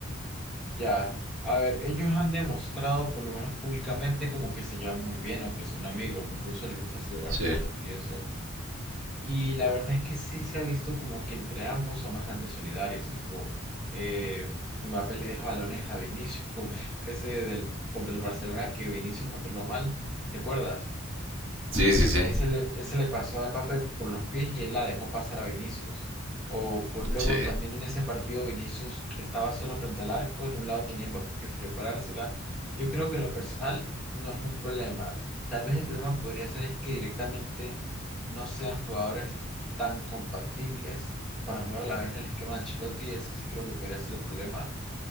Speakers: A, in the centre; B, on the right.
A: Ya, a ver, ellos han demostrado, por lo menos públicamente, como que se llevan muy bien, aunque son amigos, incluso les gusta celebrar
B: Sí,
A: juntos y eso. Y la verdad es que sí se ha visto como que entre ambos son bastante solidarios, tipo, eh, Mbappé le deja balones a Vinicius, como <laughs> ese del, contra el Barcelona que Vinicius controló mal, ¿te acuerdas?
B: sí, sí, sí,
A: Ese le, ese le pasó a Mbappé con los pies y él la dejó pasar a Vinicius. O por- luego
B: sí,
A: también en ese partido Vinicius estaba solo frente al arco, en un lado tenía Mbappé que preparársela. Yo creo que en lo personal no es un problema. Tal vez el problema podría ser es que directamente no sean jugadores tan compatibles para jugar a la vez en el esquema de Ancelotti. Ese sí creo que podría ser el problema